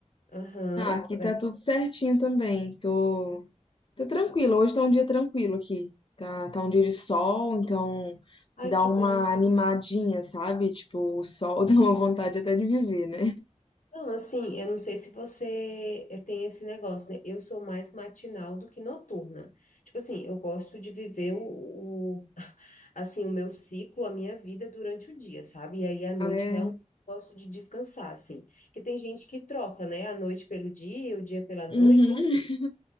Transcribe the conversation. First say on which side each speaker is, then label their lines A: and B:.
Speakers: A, on the left (about 85°); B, on the left (about 45°).
A: Aham,
B: Ah, aqui
A: vai.
B: tá tudo certinho também. Tô, tô tranquila. Hoje tá um dia tranquilo aqui. Tá, tá um dia de sol, então
A: Ai,
B: dá
A: que
B: uma
A: bom.
B: animadinha, sabe? Tipo, o sol <laughs> dá uma vontade até de viver, né?
A: Não, assim, eu não sei se você eh, tem esse negócio, né? Eu sou mais matinal do que noturna. Tipo assim, eu gosto de viver o, o assim, o meu ciclo, a minha vida durante o dia, sabe? E aí à noite
B: Ah, é?
A: realmente eu gosto de descansar, assim. Porque tem gente que troca, né? A noite pelo dia, o dia pela noite,
B: Uhum.
A: enfim.